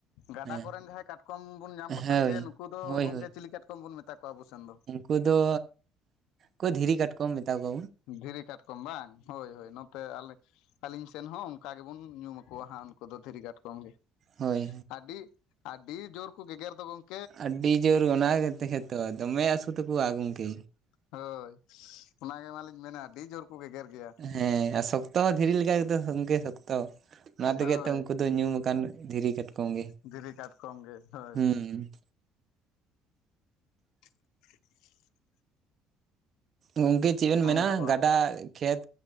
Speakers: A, on the left (about 80°); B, on the right (about 40°).
A: ᱜᱟᱰᱟ
B: ᱦᱮᱸ
A: ᱠᱚᱨᱮᱱ ᱡᱟᱦᱟᱸᱭ ᱠᱟᱴᱠᱚᱢ ᱵᱚᱱ ᱧᱟᱢ ᱠᱚᱛᱮᱱ
B: ᱦᱳᱭ
A: ᱜᱮ ᱱᱩᱠᱩ ᱫᱚ
B: ᱦᱳᱭ
A: ᱜᱚᱝᱠᱮ
B: ᱦᱳᱭ
A: ᱪᱤᱞᱤ ᱠᱟᱴᱠᱚᱢ ᱡᱚᱢ ᱵᱚᱱ ᱢᱮᱛᱟᱣ ᱟᱵᱳ ᱥᱮᱱ ᱫᱚ?
B: ᱩᱱᱠᱩ ᱫᱚ ᱠᱚ ᱫᱷᱤᱨᱤ ᱠᱟᱴᱠᱚᱢ ᱢᱮᱛᱟ ᱠᱚᱣᱟ ᱵᱚᱱ᱾
A: ᱫᱷᱤᱨᱤ ᱠᱟᱴᱠᱚᱢ ᱵᱟᱝ ᱦᱳᱭ ᱦᱳᱭ ᱱᱚᱛᱮ ᱟᱹᱞᱤᱧ ᱥᱮᱱ ᱦᱚᱸ ᱚᱱᱠᱟ ᱜᱮᱵᱚᱱ ᱧᱩᱢ ᱟᱠᱚᱣᱟ ᱦᱟᱸᱜ᱾ ᱩᱱᱠᱩ ᱫᱚ ᱫᱷᱤᱨᱤ ᱠᱟᱴᱠᱚᱢ ᱜᱮ
B: ᱦᱳᱭ
A: ᱟᱹᱰᱤ ᱟᱹᱰᱤ ᱡᱳᱨ ᱠᱚ ᱜᱮᱜᱮᱨ ᱫᱚ ᱜᱚᱝᱠᱮ᱾
B: ᱟᱹᱰᱤ ᱟᱹᱰᱤ ᱡᱳᱨ ᱚᱱᱟ ᱜᱮᱛᱮ ᱫᱚᱢᱮ ᱟᱥᱩ ᱛᱟᱠᱚ ᱟ ᱜᱚᱝᱠᱮ᱾
A: ᱦᱳᱭ ᱚᱱᱟ ᱜᱮ ᱢᱟᱞᱤᱧ ᱢᱮᱱᱟ ᱟᱹᱰᱤ ᱡᱳᱨ ᱠᱚ ᱜᱮᱜᱮᱨ ᱜᱮᱭᱟ᱾
B: ᱦᱮᱸ ᱟᱨ ᱥᱚᱠᱛᱚ ᱦᱚᱸ ᱫᱷᱤᱨᱤ ᱞᱮᱠᱟ ᱛᱚ ᱥᱚᱝᱜᱮ ᱥᱚᱠᱛᱚ, ᱚᱱᱟ ᱛᱮᱜᱮᱛ
A: ᱦᱳᱭ
B: ᱩᱱᱠᱩ ᱫᱚ ᱧᱩᱢ ᱟᱠᱟᱱ ᱫᱷᱤᱨᱤ ᱠᱟᱴᱠᱚᱢ᱾ ᱜᱮ
A: ᱫᱷᱤᱨᱤ ᱠᱟᱴᱠᱚᱢ ᱜᱮ ᱦᱳᱭ᱾
B: ᱦᱩᱸ
A: <inaudible>
B: ᱜᱚᱝᱠᱮ ᱪᱮᱫ ᱵᱮᱱ
A: ᱚᱱᱠᱟ
B: ᱢᱮᱱᱟ ᱜᱟᱰᱟ, ᱠᱷᱮᱛ